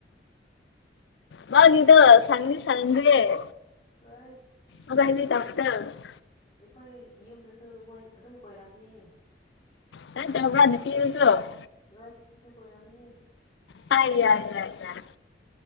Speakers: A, on the left; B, on the left.
A: ꯃꯥꯅꯤꯗꯣ ꯁꯉ <inaudible> ꯅꯤ ꯁꯦ
B: ꯍꯣꯏ
A: ꯑꯣꯥꯏꯅꯤ ꯇꯃꯗ <inaudible>
B: ꯑꯩꯈꯣꯏ ꯌꯨꯝꯗꯁꯨ ꯃꯣꯏ ꯑꯗꯨꯝ ꯀꯣꯏꯔꯛꯅꯤ
A: ꯅ ꯆꯕ ꯤꯁꯨꯣ <inaudible>
B: ꯂꯣꯏ ꯑꯩꯁꯨ ꯀꯣꯏꯔꯛꯒꯅꯤ
A: ꯌꯥ ꯌꯥ ꯌꯥ